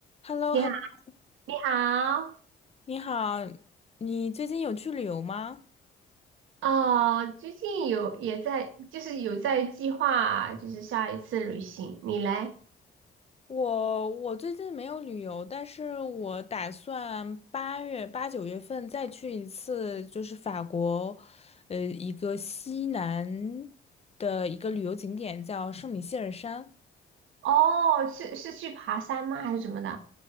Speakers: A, on the left (about 30°); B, on the right (about 80°).
A: h e l l o
B: 你好，
A: h e l l o
B: 你好，
A: 你好，你最近有去旅游吗？
B: 哦，最近有也在，就是有在计划，就是下一次旅行。你来
A: 我我最近没有旅游，但是我打算八月八九月份再去一次，就是法国，呃，一个西南的一个旅游景点叫圣米歇尔山。
B: 哦，是是去爬山吗？还是怎么的？